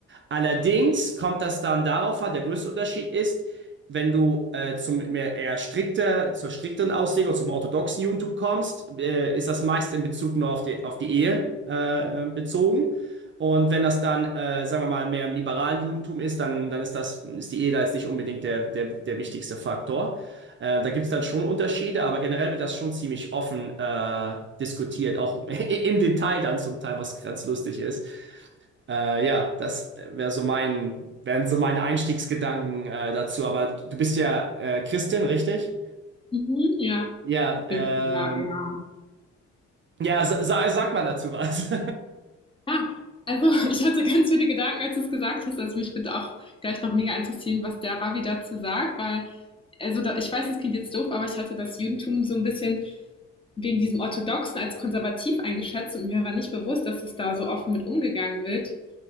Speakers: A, on the right (about 40°); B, on the left (about 15°).
A: Allerdings kommt das dann darauf an, der größte Unterschied ist, wenn du äh, zum mehr eher strikter, zur strikteren Auslegung, zum orthodoxen Judentum kommst, äh, ist das meist in Bezug nur auf die, auf die Ehe äh, bezogen. Und wenn das dann, äh, sagen wir mal, mehr im liberalen Judentum ist, dann, dann ist das, ist die Ehe da jetzt nicht unbedingt der, der, der wichtigste Faktor. Äh, da gibt es dann schon Unterschiede, aber generell wird das schon ziemlich offen äh, diskutiert, auch <laughs> im Detail dann zum Teil, was ganz lustig ist. Äh, ja, das wäre so mein, wären so meine Einstiegsgedanken äh, dazu. Aber du bist ja äh, Christin, richtig?
B: Mhm, ja,
A: Ja,
B: würde
A: ähm,
B: ich sagen, ja. genau.
A: ja, sa sa- sag mal dazu was.
B: Ja, also <laughs> ich hatte ganz viele Gedanken, als du es gesagt hast. Also mich würde auch gleich noch mega interessieren, was der Ravi dazu sagt, weil, also da, ich weiß, es klingt jetzt doof, aber ich hatte das Judentum so ein bisschen wegen diesem Orthodoxen als konservativ eingeschätzt und mir war nicht bewusst, dass es da so offen mit umgegangen wird.